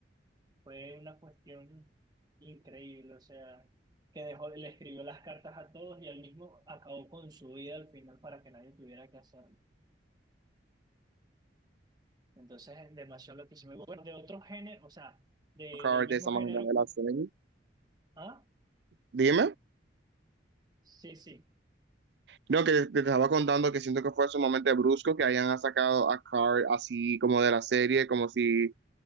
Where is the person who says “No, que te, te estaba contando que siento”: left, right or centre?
Right